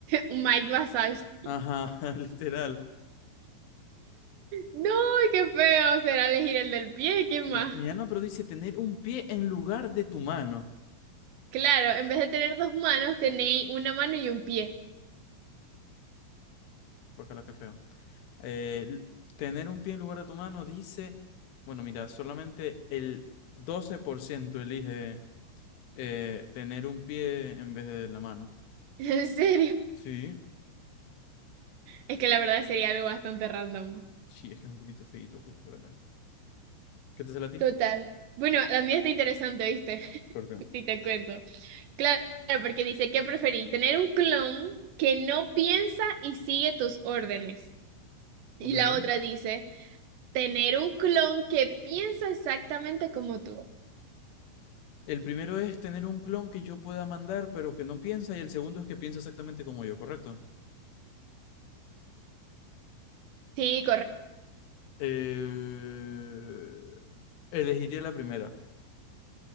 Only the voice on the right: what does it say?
Mike Wazowski.
No, qué feo será elegir el del pie, ¿qué más?
Claro, en vez de tener dos manos, tenéis una mano y un pie.
<laughs> En serio.
Es que la verdad sería algo bastante random.
Total. Bueno, la mía está interesante, ¿viste? <laughs>
Si te cuento. Claro, porque dice, ¿qué preferís? ¿Tener un clon que no piensa y sigue tus órdenes? Y
la otra dice, tener un clon que piensa exactamente como tú.
Sí,